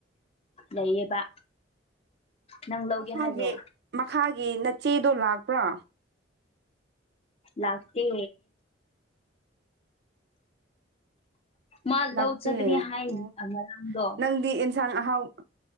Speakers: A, on the left (about 30°); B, on the right (about 60°).
A: ꯂꯩꯌꯦꯕ ꯅꯪ ꯂꯧꯒꯦ
B: ꯃꯈꯥꯒꯤ
A: ꯍꯥꯏꯕ꯭ꯔꯣ
B: ꯃꯈꯥꯒꯤ ꯅꯆꯦꯗꯣ ꯂꯥꯛꯄ꯭ꯔꯥ
A: ꯂꯥꯛꯇꯦ ꯃꯥ
B: ꯂꯥꯛꯇꯦ
A: ꯂꯧ ꯆꯠꯀꯅꯤ ꯍꯥꯏ
B: ꯑꯣ
A: ꯉꯔꯥꯡꯗꯣ
B: ꯅꯪꯗꯤ ꯏꯟ ꯌꯦꯟꯁꯥꯡ ꯑꯍꯥꯎꯕ